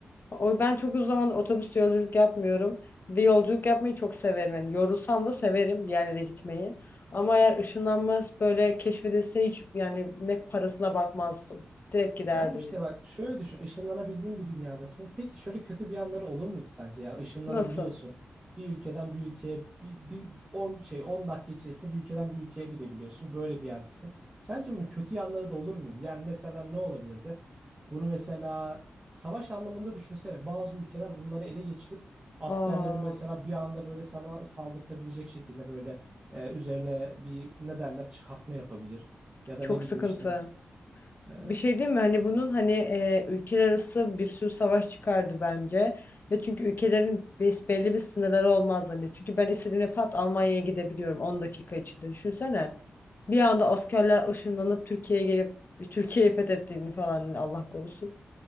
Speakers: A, on the left (about 45°); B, on the right (about 25°).
A: O ben çok uzun zamandır otobüste yolculuk yapmıyorum. Bir yolculuk yapmayı çok severim. Yani yorulsam da severim bir yerlere gitmeyi. Ama eğer ışınlanmaz böyle keşfedilse hiç yani ne parasına bakmazdım. Direkt giderdim
B: Yani işte
A: yani.
B: bak şöyle düşün. ışınlanabildiğin bir dünyadasın. Peki şöyle kötü bir yanları olur muydu sence ya? Işınlanabiliyorsun.
A: Nasıl?
B: Bir ülkeden bir ülkeye bir, bir on şey 10 dakika içerisinde bir ülkeden bir ülkeye gidebiliyorsun. Böyle bir yerdesin. Sence bunun kötü yanları da olur muydu? Yani mesela ne olabilirdi? Bunu mesela savaş anlamında düşünsene. Bazı ülkeler bunları ele geçirip askerlerini
A: Aa,
B: mesela bir anda böyle sana saldırtabilecek şekilde böyle e, üzerine bir ne derler çıkartma yapabilir. Ya da
A: çok
B: ne bileyim
A: sıkıntı.
B: işte e,
A: Bir şey değil mi? Hani bunun hani e, ülkeler arası bir sürü savaş çıkardı bence. Ve çünkü ülkelerin bes- belli bir sınırları olmaz hani. Çünkü ben istediğimde pat Almanya'ya gidebiliyorum 10 dakika içinde. Düşünsene. Bir anda askerler ışınlanıp Türkiye'ye gelip Türkiye'yi fethettiğini falan hani Allah korusun.